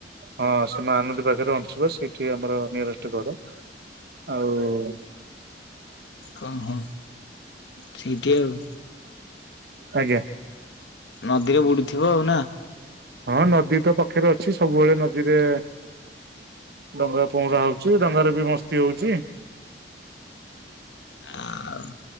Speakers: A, on the right (about 60°); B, on the left (about 75°).
A: ହଁ, ସେ ମହାନଦୀ ପାଖରେ ଅଂଶୁପା, ସେଠି ଆମର ନିୟରେଷ୍ଟ ଘର। ଆଉ
B: ହଁ, ହଁ, ଠିକ୍ ଆଉ।
A: ଆଜ୍ଞା।
B: ନଦୀରେ ବୁଡୁଥିବ ଆଉ ନା?
A: ହଁ, ନଦୀତ ପାଖରେ ଅଛି ସବୁବେଳେ ନଦୀରେ ଡଙ୍ଗା ପହଁରା ହଉଛି, ଡଙ୍ଗାରେ ବି ମସ୍ତି ହଉଛି।
B: ଆଉ,